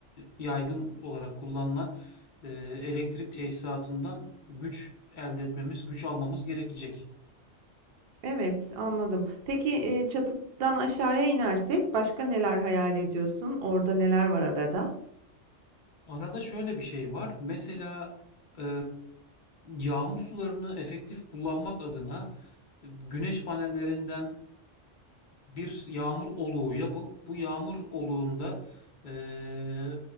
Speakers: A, on the left (about 45°); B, on the right (about 55°).
A: yaygın olarak kullanılan e, elektrik tesisatından güç elde etmemiz, güç almamız gerekecek.
B: Evet, anladım. Peki, eee, çatıdan aşağıya inersek başka neler hayal ediyorsun? Orada neler var arada?
A: Arada şöyle bir şey var. Mesela e, yağmur sularını efektif kullanmak adına güneş panellerinden bir yağmur oluğu yapıp bu yağmur oluğunda eee,